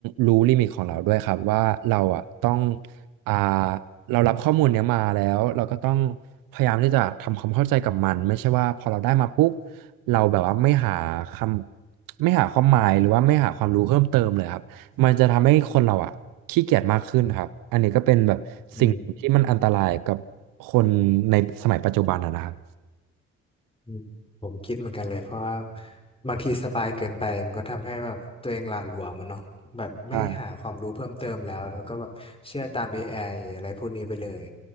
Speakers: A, on the right; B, on the left.
A: รู้ลิมิตของเราด้วยครับว่าเราอะต้องอ่าเรารับข้อมูลเนี้ยมาแล้วเราก็ต้องพยายามที่จะทำความเข้าใจกับมันไม่ใช่ว่าพอเราได้มาปุ๊บเราแบบว่าไม่หาคำไม่หาความหมายหรือว่าไม่หาความรู้เพิ่มเติมเลยครับมันจะทำให้คนเราอะขี้เกียจมากขึ้นครับอันนี้ก็เป็นแบบสิ่งที่มันอันตรายกับคนในสมัยปัจจุบันอะนะครับ
B: อืม อืมผมคิดเหมือนกันเลยเพราะว่าบางทีสบายเกินไปมันก็ทำให้แบบตัวเองหละหลวมมันเนาะแบบไม่หาความรู้เพิ่มเติมแล้วแล้วก็แบบเชื่อตาม
A: ใช่ับ
B: AI อไออะไรพวกนี้ไปเลย